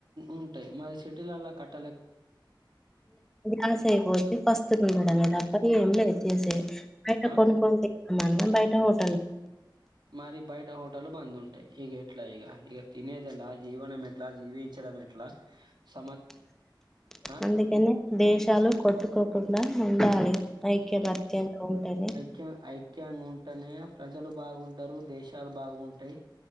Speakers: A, on the right; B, in the centre.
A: ఉంటాయి మరి సిటీలల్ల కట్ట లెక్కడ దొకుతాయి. చె
B: అనసూయపోతే పస్తులుండడమే తప్ప ఏం లేదు చేసేది. బయట
A: ఆ
B: కొనుకొ మన్న బయట హోటల్లు బంద్ ఉంటున్నాయ్
A: మరి బయట హోటలు బంద్ ఉంటయి. ఈగ ఎట్లా ఈగ ఇక తినేది ఎలా జీవనం ఎట్లా, జీవించడం ఎట్లా సమస్యలు ఎట్లా.
B: అందుకనే దేశాలు
A: ఆ
B: కొట్టుకు కోకుండా ఉండాలి. ఐక్యమత్యంగా ఉంటేనే.
A: ఖ్యంగా ఉంటేనే ప్రజలు బాగుంటరు దేశాలు బాగుంటయి